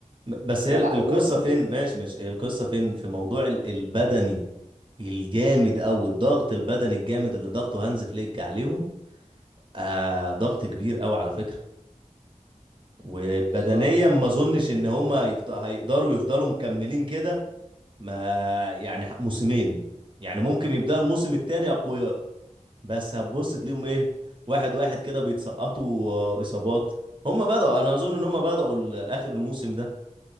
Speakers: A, on the right (about 40°); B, on the right (about 75°).
A: بس هي
B: فلا
A: القصة
B: وهو كمان-
A: فين ماشي ماشي هي القصة فين في موضوع ال- البدني الجامد قوي الضغط البدني الجامد اللي ضغطه هانز فليك عليهم آه ضغط كبير قوي على فكرة وبدنيا
B: بالظبط
A: ما اظنش ان هم هيفضلوا مكملين كده ما يعني ح- موسمين يعني ممكن يبدأ الموسم التاني أقوياء بس هتبص تلاقيهم إيه واحد واحد كده بيتسقطوا آه، إصابات هم بدأوا أنا أظن إن هم بدأوا ال- آخر الموسم ده